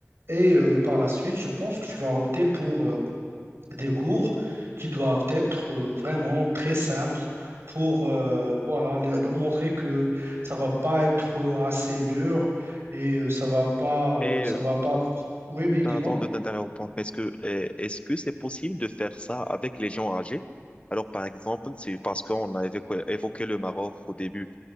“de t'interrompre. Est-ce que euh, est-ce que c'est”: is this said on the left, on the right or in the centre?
Left